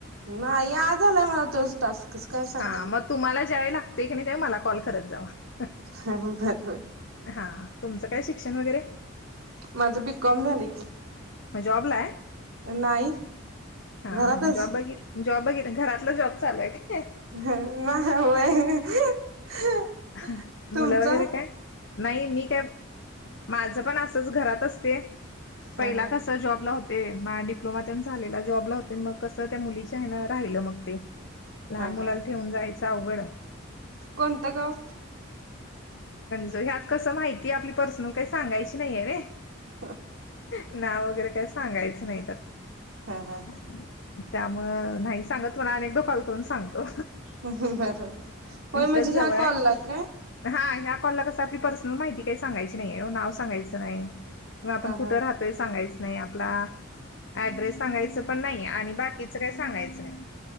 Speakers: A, on the right; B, on the left.
A: नाही आज आलाय मला तोच टास्कच काय सांगालोय
B: हा मग तुम्हाला ज्यावेली लागतय की नाही त्यावेळी मला कॉल करत जावा
A: हो हो बरबर
B: हा तुमचं काय शिक्षण वगैरे
A: माझं बीकॉम झालय की
B: मग जॉबला आहे
A: नाही
B: हा
A: घरातच.
B: हा जॉब बघितला जॉब बघितलं घरातलं जॉब चालू हाय खहं
A: अंहं नाही होय अहं अहं
B: मुलं
A: तुमचा
B: वगैरे काय नाही मी काय माझं पण असंच घरात असते पहिला
A: हा हा
B: कसं कसं जॉब ला होते माझा डिप्लोमा तेन झालेला जॉबला होते मग कस त्या मुलीच्या हेनं राहिलं मग ते लहान
A: हा
B: मुलाला
A: हा.
B: ठेवून जायचं अवघड
A: कोणतं गाव
B: तर ह्यात कसं माहिती आपली पर्सनल काही सांगायची नाहीये रे
A: हा
B: नाव वगैरे काही सांगायचं नाही त्यात
A: हा हा
B: त्यामुळं नाही सांगत कुणाला मी एकदा कॉल करून सांगतो
A: हम् हम् हा हा हो
B: इथंच
A: म्हणजे
B: जवळ
A: ह्या
B: आहे
A: कॉलला का
B: हा ह्या कॉलला कसं आपली पर्सनल माहिती काही सांगायची नाहीये ओ नाव सांगायचं नाही मग आपण
A: हा
B: कुठं
A: हा
B: राहतो ते सांगायच नाही आपला ऍड्रेस सांगायचं पण नाही आणि बाकीच काही सांगायचं नाही